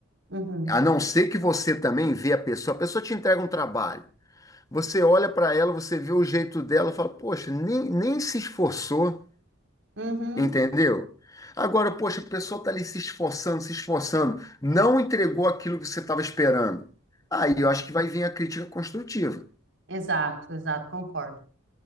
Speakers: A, on the right; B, on the left.
A: Uhum.
B: A não ser que você também vê a pessoa, a pessoa te entrega um trabalho. Você olha para ela, você vê o jeito dela, fala, poxa, nem, nem se esforçou.
A: Uhum.
B: Entendeu? Agora, poxa, a pessoa está ali se esforçando, se esforçando, não entregou aquilo que você estava esperando. Aí eu acho que vai vir a crítica construtiva,
A: Exato, exato, concordo.